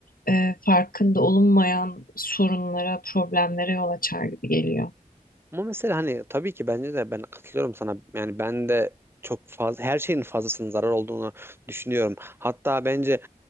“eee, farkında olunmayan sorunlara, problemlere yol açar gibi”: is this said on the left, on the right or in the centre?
Left